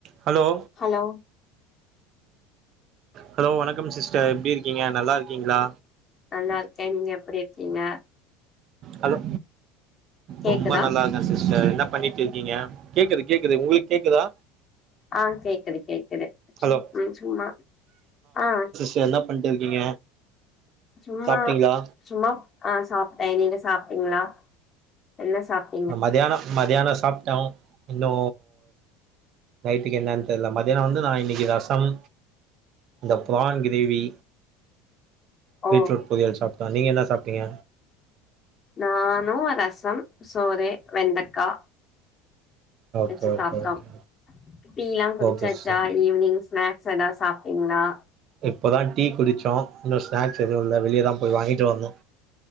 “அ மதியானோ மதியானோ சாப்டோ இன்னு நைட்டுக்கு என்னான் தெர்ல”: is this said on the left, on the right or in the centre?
Right